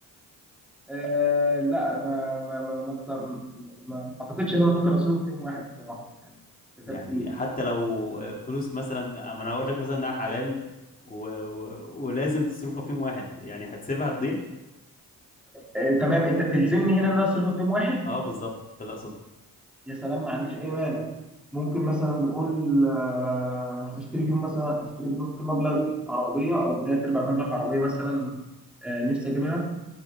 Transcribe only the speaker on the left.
يعني
حتى لو فلوس مثلا ما انا هقول لك مثلا انها حلال و... و... ولازم تصرفها في يوم واحد يعني هتسيبها تضيع
اه بالظبط ده اللي اقصده